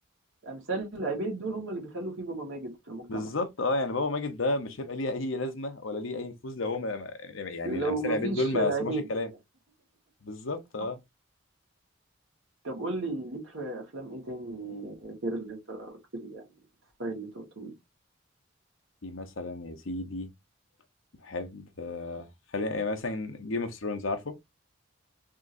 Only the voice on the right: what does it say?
امثال عبيد دول هم اللي بيخلوا فيه بابا ماجد في المجتمع
لو
مفيش
عبيد
صح طب قول لي ليك في افلام ايه تاني غير اللي انت قلت لي يعني الستايل اللي انت قلته لي